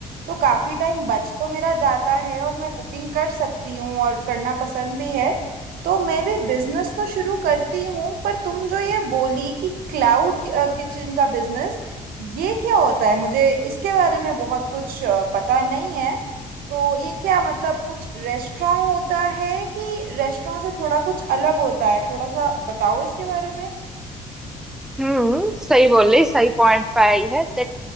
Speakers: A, on the right (about 80°); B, in the centre.
A: तो काफ़ी टाइम बच तो मेरा जाता है और मैं कुकिंग कर सकती हूँ और करना पसंद भी है तो मैं भी बिजनेस तो शुरू करती हूँ पर तुम जो ये बोली कि क्लाउड किचन का बिजनेस ये क्या होता है मुझे इसके बारे में बहुत कुछ अ, पता नहीं है तो ये क्या मतलब कुछ रेस्टोरेंट होता है कि रेस्टोरेंट से थोड़ा कुछ अलग होता है थोड़ा सा बताओ इसके बारे में
B: हम्म सही बोली सही पॉइंट पे आई है देख